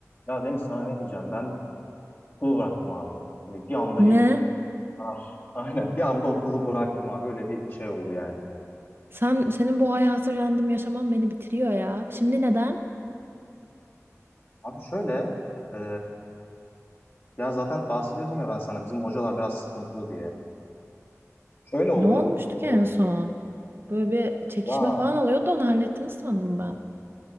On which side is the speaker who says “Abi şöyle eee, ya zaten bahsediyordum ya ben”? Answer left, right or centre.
Left